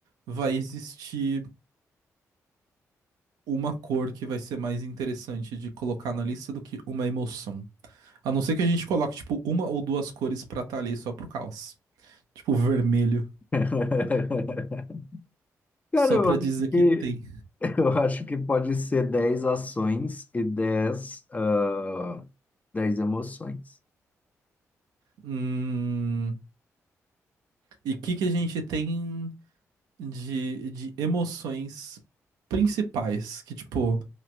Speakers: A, on the right; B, on the left.
A: vai existir uma cor que vai ser mais interessante de colocar na lista do que uma emoção. A não ser que a gente coloque, tipo, uma ou duas cores pra estar ali só pro caos. Tipo, vermelho.
B: <laughs> Cara,
A: Só
B: eu
A: pra
B: acho
A: dizer que
B: que,
A: tem.
B: <laughs> Eu acho que pode ser 10 ações e dez ah, 10 emoções.
A: Hum, E o que que a gente tem de, de emoções principais? Que, tipo,